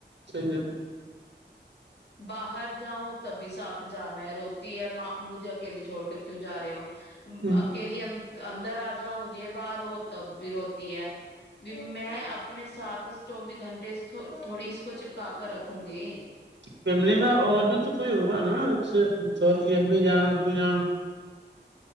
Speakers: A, on the right; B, on the left.
A: صحیح ہے
B: باہر جاؤ تبھی ساتھ جانا ہے روتی ہے ماں مجھے اکیلی چھوڑ کر کیوں جا رہے ہو
A: ہ
B: اکیلی اندر آ جاؤں یہ باہار ہو ت روتی ہے بھی میں اپنے ساتھ چوبیس گھنٹے تھوڑی اس کو چپکا کر رکھوں گی
A: فیملی میں اور بھی تو کوئی ہوگا نا جیسے س کی ا جان